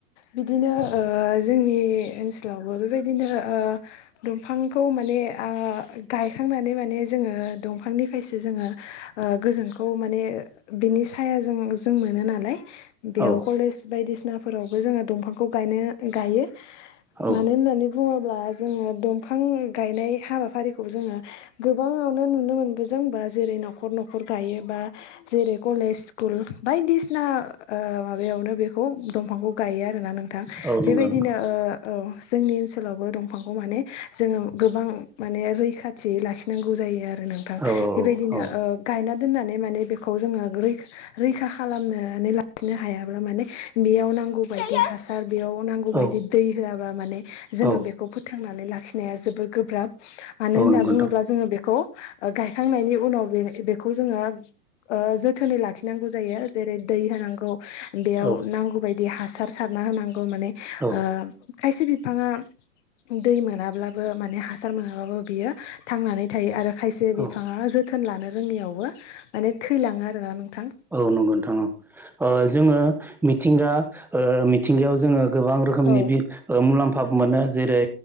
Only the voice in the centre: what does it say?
औ
औ
औ
नंगौ नंगौ
औ
औ
औ
औ
औ
नंगौ
नोंथां
औ
औ
औ
औ नंगौ नोंथां औ ओ जोङो मिथिंगा ओ मिथिंगायाव जोङो गोबां रोखोमनि
बि मुलाम्फा मोनो जेरै